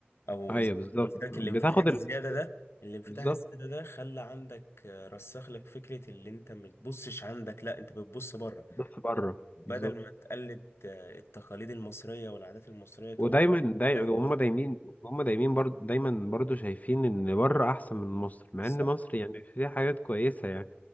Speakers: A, on the left (about 75°); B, on the left (about 40°).
A: او
B: ايوه
A: زي
B: بالظبط
A: ما قلت لك
B: بتاخد
A: الانفتاح الزياده
B: ال...
A: ده الانفتاح
B: بالظبط
A: الزياده ده خلى عندك آه، رسخ لك فكره اللي انت ما بتبصش عندك لا انت بتبص بره
B: بس بره
A: بت- بدل
B: بالظبط
A: ما تقلد آه، التقاليد المصريه والعادات المصريه تقوم
B: ودايما داي...
A: شايف
B: وهم
A: بره
B: دايمين هم دايمين برضو دايما برضو شايفين ان بره احسن من مصر مع
A: بالظبط
B: ان مصر يعني فيها حاجات كويسة يعني